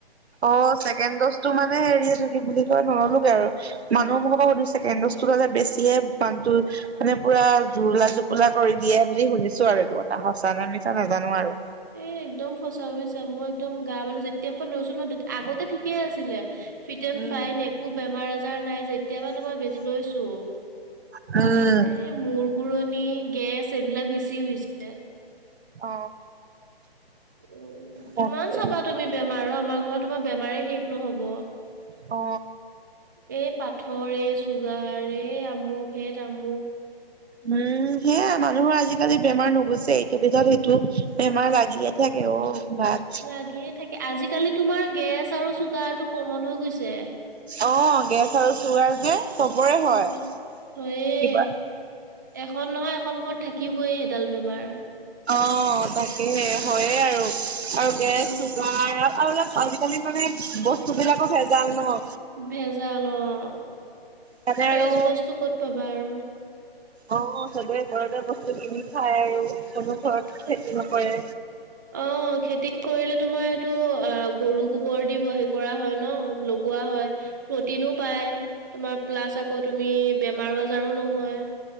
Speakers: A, on the right (about 85°); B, on the right (about 20°).
A: অ, ছেকেণ্ড দজটো মানে হেৰি এইটো কি বুলি কয় নললোগে আৰু। মানুহৰ মুখৰ পৰা সুধিছো ছেকেণ্ড ডজটো যে বেছিয়ে মানু্হটোৰ মানে পুৰা জুৰুলা জুপোলা কৰি দিয়ে বুলি শুনিছো আৰু এইটো কথা সঁচা নে মিছা নাজানো আৰু
B: এ, একদম সঁচা বুইছা মই একদম গা মানে যেতিয়াৰ পৰা লৈছো ন আগতে ঠিকেই আছিলে ফিট এণ্ড
A: উম
B: ফাইন একো বেমাৰ আজাৰ নাই যেতিয়া পৰা তোমাৰ বেজি লৈছো
A: উম,
B: এই মূৰ ঘূৰণি গেছ এইবিলাক বেছি হৈছে
A: অ
B: উম
A: তাকে
B: কিমান চাবা তুমি বেমাৰ আমাৰ ঘৰত তোমাৰ বেমাৰেই শেষ নহব
A: অ,
B: এই পাথৰ এই চুগাৰ এই আমুক এ তামুক
A: উম সেয়াই মানুহৰ আজিকালি বেমাৰ নুগুছে এইটো পিছত সিটো বেমাৰ লাগেই থাকে অ গাত
B: লাগিয়ে থাকে আজিকালি তোমাৰ গেছ আৰু চুগাৰটো কমন হৈ গৈছে
A: অ গেছ আৰু চুগাৰ যে চবৰে হয়
B: উম
A: কিবা
B: হয়ে এখন নহয় এখন ঘৰত থাকিবই সেইডাল বেমাৰ
A: অ', তাকে হয়ে আৰু, আৰু গেছ,
B: উম
A: চোগাৰ আৰু আজিকালি মানে, বস্তু বিলাকো ভেজাল ন।
B: ভেজাল অ',
A: তাতে
B: ফ্ৰেচ
A: আৰু
B: বস্তু ক'ত পাবা, অ'।
A: অ', চবে ঘৰতে বস্তু কিনি খায় আৰু, চবে ঘৰত
B: তাকে।
A: খেতি নকৰে
B: অ', খেতি কৰিলে তোমাৰ এইটো অ', গৰু গোবৰ দিব হে কৰা হয় ন, বোলো। কোৱা হয়, প্ৰটিনো পায়, তোমাৰ প্লাছ আকৌ তুমি, বেমাৰ-আজাৰো নহয়।